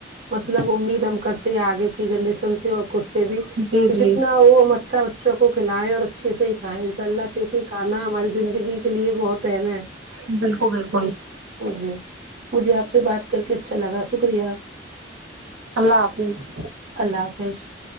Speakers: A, on the right; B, on the right.
A: مطلب امید ہم کرتے ہیں آگے جنریشن سے اور خھ سے بھی
B: جی
A: کہ
B: جی
A: جتنا وہ مچھا بچوں کو کھلائےیں اور اچھے سے ہی کھائےیں ان شاء اللہ کیوںکہ کھانا ہماری زندگی کے لیے بہت اہم ہے
B: بالکل بالکل
A: جی مجھے آپ سے بات کر کے اچھا لگا شکریہ
B: اللہ حافظ
A: اللہ حافظ فش <unintelligible>